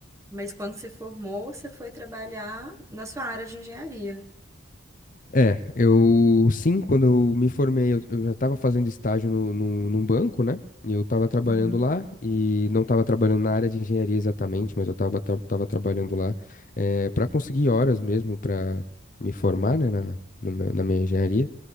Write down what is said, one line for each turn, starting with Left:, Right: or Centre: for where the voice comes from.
Right: Mas quando você formou, você foi trabalhar na sua área de engenharia.
Left: É, eu sim, quando eu me formei, eu, eu já estava fazendo estágio no, no- num banco, né? E eu estava trabalhando
Right: Uhum,
Left: lá e não estava trabalhando na área de engenharia exatamente, mas eu estava tra tava trabalhando lá para conseguir horas mesmo para me formar, né, na, no meu- na minha engenharia.